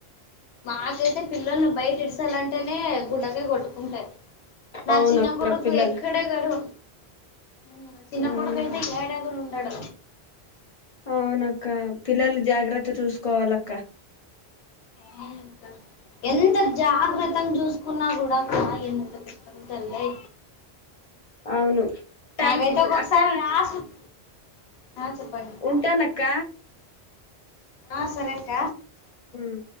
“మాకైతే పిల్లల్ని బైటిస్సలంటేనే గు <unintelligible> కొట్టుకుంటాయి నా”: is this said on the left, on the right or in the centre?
Left